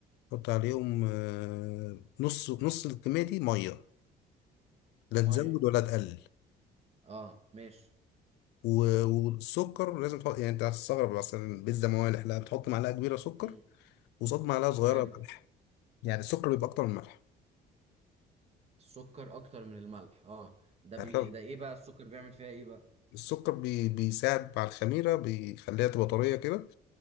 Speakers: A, on the left; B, on the right.
A: حط عليهم آه، نص نص الكمية دي مية لا
B: مية
A: تزود ولا تقلل
B: اه ماشي
A: و- والسكر لازم تحط يعني انت هتستغرب مثلا البيتزا موالح لا بتحط معلقة كبيرة سكر
B: امم
A: وقصاد معلقة صغيرة
B: حلو
A: ملح يعني السكر بيبقى أكتر من الملح
B: السكر اكتر من الملح اه ده بي...
A: هتلاقي
B: ده ايه بقى السكر بيعمل فيها ايه بقى
A: السكر بي... بيساعد على الخميرة بيخليها تبقى طرية كده